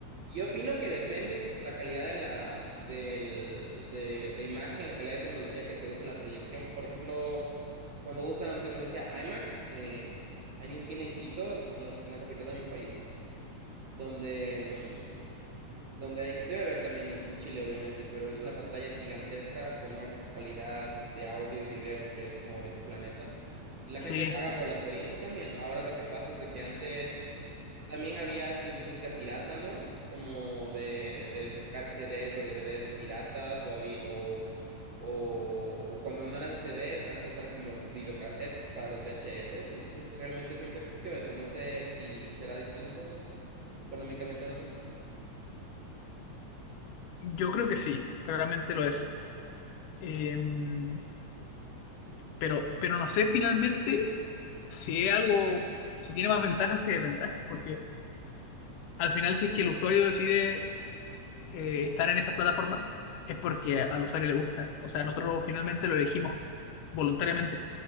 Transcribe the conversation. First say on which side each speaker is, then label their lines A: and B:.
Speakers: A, on the right; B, on the left.
A: yo opino que depende la calidad de la del, de, de imagen, la calidad de tecnología que se usa en la proyección. Por ejemplo, cuando usan tecnología IMAX, eh, hay un cine en Quito, en, la ci- en la capital de mi país, donde em, donde hay, debe haber también en en Chile, obviamente, pero es una pantalla gigantesca con una calidad de audio y video que es como de otro planeta. Y la
B: Sí,
A: gente paga
B: em,
A: por la experiencia también. Ahora lo que pasa es de que antes pues, también había esta industria pirata, ¿no? Como de, de sacar CDs o DVDs piratas o, había- o, o, o cuando no eran CDs, antes eran como videocassettes para los VHS. Entonces realmente siempre existió eso. No sé si será distinto económicamente hablando.
B: yo creo que sí, claramente lo es. Em, pero, pero no sé finalmente si es algo, si tiene más ventajas que desventajas, porque al final si es que el usuario decide eh, estar en esas plataformas es porque a- al usuario le gusta. O sea, nosotros finalmente lo elegimos voluntariamente.